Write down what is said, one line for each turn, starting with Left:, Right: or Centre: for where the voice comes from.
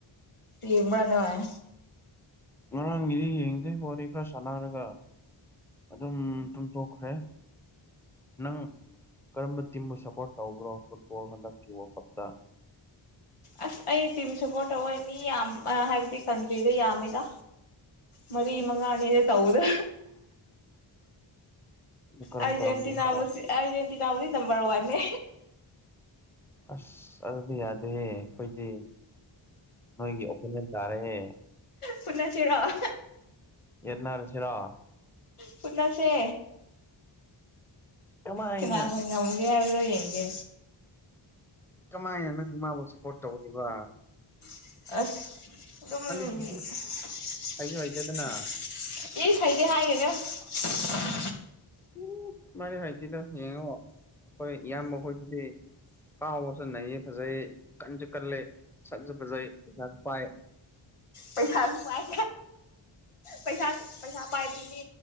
Left: ꯌꯦꯡꯕ꯭ꯔꯥ ꯅꫭꯢ
Centre: ꯉꯔꯥꯡꯒꯤꯗꯤ ꯌꯦꯡꯗꯣꯏ ꯋꯥꯔꯤ ꯈꯔ ꯁꯥꯟꯅꯔꯒ ꯑꯗꯨꯝ ꯇꯨꯝ ꯊꫭꯛꯈ꯭ꯔꯦ ꯅꯪ ꯀꯔꯝꯕ ꯇꯤꯝꯕꯨ ꯁꯄꯣꯔꯠ ꯇꯧꯕ꯭ꯔꯣ ꯐꯨꯠꯕꯣꯜ ꯍꯟꯗꯛꯀꯤ ꯋꯥꯜ ꯀꯞꯇ
Left: ꯑꯁ ꯑꯩ ꯇꯤꯝ ꯁꯞꯄꯣꯔꯠ ꯇꯧꯋꯦ ꯃꯤ ꯌꯥꯝ ꯍꯥꯏꯕꯗꯤ ꯀꯟꯇ꯭ꯔꯤꯗ ꯌꯥꯝꯃꯤꯗ ꯃꯔꯤ ꯃꯉꯥꯡꯅꯤꯗ ꯇꯧꯕꯗꯨ
Centre: ꯀꯔꯝ
Left: ꯑꯔꯖꯦꯟꯇꯤꯅꯥꯕꯨ
Centre: ꯀꯔꯝꯕ ꯍꯥꯏꯅꯣ
Left: ꯁꯤ ꯑꯔꯖꯦꯟꯇꯤꯅꯥꯕꯨꯗꯤ ꯅꯝꯕꯔ ꯋꯥꯟꯅꯦ
Centre: ꯑꯁ ꯑꯗꯨꯗꯤ ꯌꯥꯗꯦꯍꯦ ꯑꯩꯈꯣꯏꯗꯤ ꯅꯣꯏꯒꯤ ꯑꯣꯄꯣꯅꯦꯟ ꯇꯥꯔꯍꯦ
Left: ꯄꯨꯟꯅꯁꯤꯔꯧ ꯑꯣ
Centre: ꯌꯦꯠꯅ ꯔꯁꯤꯔꫭ
Left: ꯐꯨꯅꯁꯦ
Centre: ꯀꯃꯥꯏꯅ
Left: ꯀꯅꯅꫭ ꯉꯝꯒꯦ ꯍꯥꯏꯕꯗꯣ ꯌꯦꯡꯒꯦ
Centre: ꯀꯃꯥꯏꯅ ꯅꯪ ꯃꯥꯕꯨ ꯁꯞꯄꫭꯠ ꯇꯥꯎꯔꯤꯕ
Left: ꯑꯁ ꯑꯗꯨꯝ
Centre: ꯍꯩꯁꯨ
Left: ꯑꯁ ꯑꯁ
Centre: ꯍꯩꯁꯨ ꯍꯩꯇꯗꯅ
Left: ꯏꯁ ꯍꯩꯗꯦ ꯍꯥꯏꯒꯅꯨ
Centre: ꯎ ꯃꯥꯅꯤ ꯍꯥꯏꯇꯤꯗꯣ ꯌꯦꯡꯉꯣ ꯍꯥꯎ ꯑꯩꯈꯣꯏ ꯏꯌꯥꯝꯕ ꯃꯈꯣꯏꯁꯤꯗꯤ ꯀꯥꯎꯕꯁꯨ ꯅꯩꯌꯦ ꯐꯖꯩ ꯀꯟꯁꯨ ꯀꯂꯦ ꯁꯛꯁꯨ ꯐꯖꯩ ꯄꯩꯁꯥꯁꯨ ꯄꯥꯏ꯫
Left: ꯄꯩꯁꯥꯁꯨꯃꯥꯏ ꯄꯩꯁꯥ ꯄꯩꯁꯥ ꯄꯥꯏꯕꯤꯅꯤ